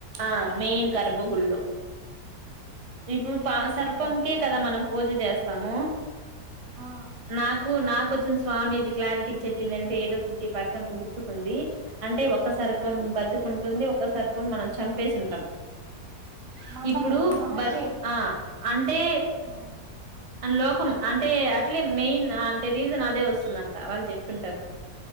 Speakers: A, on the right (about 25°); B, on the right (about 80°).
A: ఆ మెయిన్ గర్భ గుడిలో ఇప్పుడు
B: మెయిన్
A: పా సర్పంకే
B: గర్భగుడిలో
A: కదా మనం పూజ చేస్తాము
B: ఆ
A: నాకు నాకు స్వామీజీ క్లారిటీకి చెప్పిందింటే ఏదో ఫిఫ్టీ పర్సెంట్ గుర్డ్తుుకుంది అంటే ఒక సర్పం
B: ఉమ్,
A: బతుకుంటుంది ఒక సర్పం మనం చంపేసి ఉంటాం
B: మనము
A: ఇప్పుడు
B: అన్- ఆ, ఓకే
A: బట్ ఆ అంటే
B: ఆ,
A: లోకం అంటే అట్లే మెయిన్ అంటే రీజన్ అదే వస్తుందంట వాళ్ళు చెప్తుంటారు